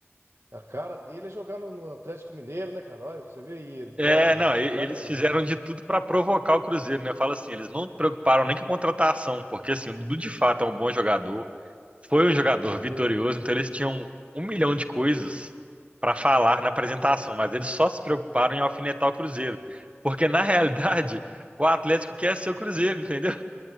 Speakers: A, on the right; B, on the right.
A: a cara dele é jogar no, no Atlético Mineiro, né, cara? Olha, você vê ele.
B: É,
A: Ah, mas
B: não,
A: esse
B: e-
A: cara
B: eles
A: é.
B: fizeram de tudo para provocar o Cruzeiro, né? Fala assim, eles não preocuparam nem com a contratação, porque assim, o Dudu de fato é um bom jogador, foi um jogador vitorioso,
A: Sim.
B: então eles tinham um milhão de coisas para falar na apresentação, mas eles só se preocuparam em alfinetar o Cruzeiro, porque na realidade <laughs> o Atlético quer ser o Cruzeiro, entendeu?